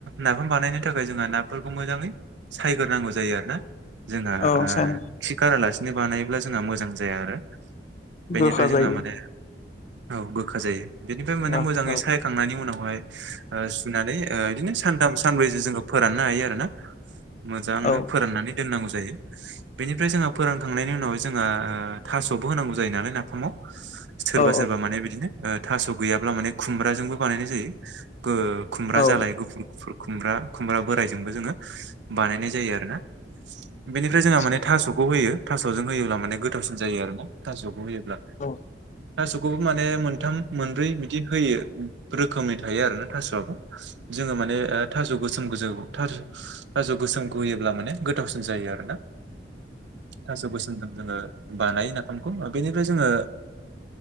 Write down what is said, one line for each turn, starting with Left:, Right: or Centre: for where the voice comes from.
Right: नाफाम बानायनो थाखाय जोंहा नाफोरखौ मोजाङै सायग्रोनांगौ जायो आरो ना जोंहा
Left: औ
Right: आ
Left: सान
Right: खिखागारालासिनो बानायोब्ला जोंहा मोजां जाया आरो बेनिफ्राय
Left: गोखा
Right: जोंहा
Left: जायो
Right: माने औ गोखा जायो बेनिफ्राय माने
Left: औ
Right: मो जांङै
Left: औ
Right: सायखांनानै उनावहाय ओ सुनानै ओ बिदिनो सानथाम सानब्रैसो जोङो फोरान ना हायो आरोना मोजांनो
Left: औ
Right: फोराननानै दोननांगौ जायो। बेनिफ्राय जोंहा फोरानखांनायनि उनाव जोंहा आ थास'बो होनांगौ जायो नालाय नाफामाव सोरबा
Left: औ
Right: सोरबा माने बिदिनो थास' गैयाब्ला माने खुमब्राजोंबो बानायनाय जायो। बो खुमब्रा
Left: औ
Right: जालाय गुफुर गुफुर खुमब्रा खुमब्रा बोरायजोंबो जोङो बानायनाय जायो आरो ना बेनिफ्राय जोंहा
Left: आदसा
Right: माने थास'खौ होयो। जों होयोब्ला माने गोथावसिन जायो आरोना थास'खौ होयोब्ला
Left: औ
Right: थास'खौबो माने मोन थाम, मोनब्रै बिदि रोखोमै थायो आरोना थास'आबो जोङो माने थास' गोसोम गोजौ था थास' गोसोमखौ होयोब्ला माने गोथावसिन जायो आरोना थास' गोसोमफोरजोंनो जोङो बानायो नाफामखौ बेनिफ्राय जोङो